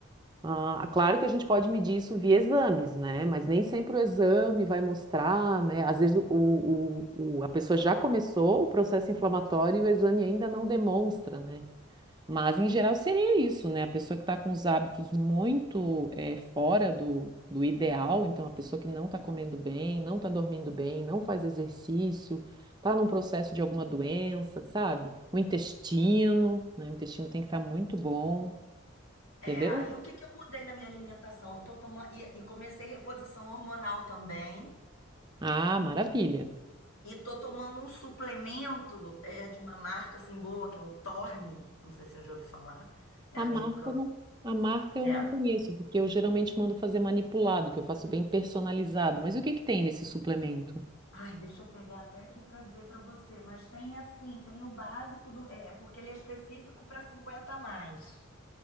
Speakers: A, on the right (about 20°); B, on the left (about 75°).
A: Ah, claro que a gente pode medir isso via exames, né? Mas nem sempre o exame vai mostrar, né? Às vezes o, o- o- a pessoa já começou o processo inflamatório e o exame ainda não demonstra, né? Mas em geral seria isso, né? A pessoa que está com os hábitos muito eh, fora do, do ideal, então a pessoa que não está comendo bem, não está dormindo bem, não faz exercício, está num processo de alguma doença, sabe? O intestino, né? O intestino tem que estar muito bom, entendeu?
B: É, aí o que que eu mudei na minha alimentação? Eu tô tomando, e, e comecei reposição hormonal também.
A: Ah, maravilha.
B: E tô tomando um suplemento é, de uma marca assim boa, que é o Torne. Não sei se você já ouviu falar. É
A: A
B: americano.
A: marca eu não, a marca eu
B: É.
A: não conheço, porque eu geralmente mando fazer manipulado, que eu faço bem personalizado. Mas o que que tem nesse suplemento?
B: Ai, deixa eu pegar até aqui para ver para você. Mas tem assim, tem o básico do. É, é porque ele é específico para 50 a mais.